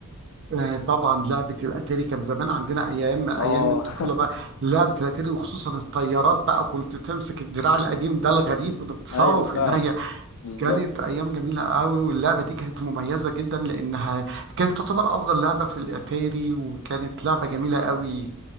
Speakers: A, on the right; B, on the left.
A: آه، طبعا لعبة الأتاري كان زمان عندنا أيام أيام
B: اه
A: الطفولة
B: <laughs>
A: بقى لعبة الأتاري وخصوصا الطيارات بقى كنت تمسك الدراع القديم ده الغريب وتكسره
B: ايوه
A: في
B: فعلا
A: إيديا
B: بالظبط
A: كانت أيام جميلة قوي واللعبة دي كانت مميزة جدا لأنها كانت تعتبر أفضل لعبة في الأتاري وكانت لعبة جميلة قوي